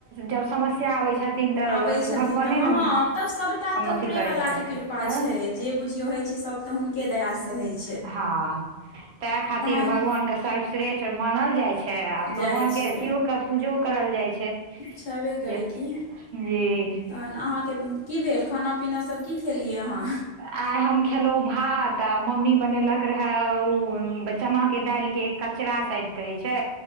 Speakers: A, on the right (about 75°); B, on the left (about 50°).
A: जब समस्या आबै छैथ छथिन तऽ
B: आबै छथिन
A: भगवाने
B: तऽ हँ
A: ने
B: तब सभटा तऽ
A: अथी
B: ऊपरेवलाके
A: करै छै
B: कृपा
A: तऽ।
B: छै जे बुझियो होय छै सब तऽ हुनके दया से होय छै।
A: हँ। ताहि खातिर
B: तहन
A: भगवानके सर्वश्रेष्ठ मानल जाइ छै, आ भगवानके
B: जाइ छै
A: अथियो के पूजो करल जाइ छै। छै
B: छेबे करै
A: जे
B: की
A: जी।
B: तहन अहाँके की भेल खाना पीना सब की खेलियै अहाँ?
A: आइ हम खेलहुँ भात, आ मम्मी बनेलक रहए ओ चनाके दालिके कचरा शायद कहै छै